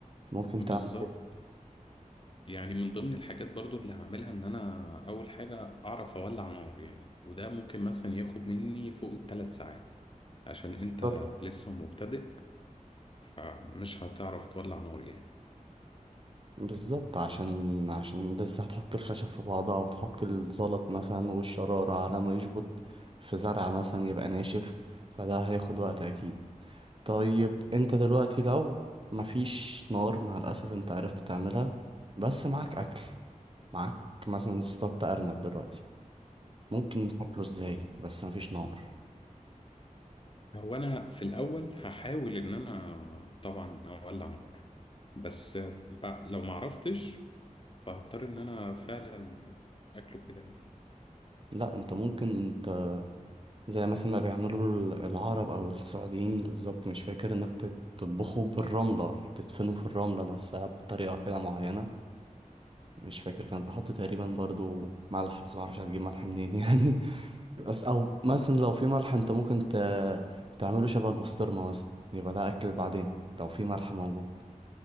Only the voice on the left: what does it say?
بالظبط
يعني من ضمن الحاجات برضو اللي هعملها ان انا اول حاجة اعرف اولع نار يعني وده ممكن مثلا ياخد مني فوق الثلاث ساعات عشان انت
لسه مبتدئ فمش هتعرف تولع نار يعني
هو انا في الاول هحاول ان انا طبعا اولع نار بس ب- لو ما عرفتش فهضطر ان انا فعلا اكله كده يعني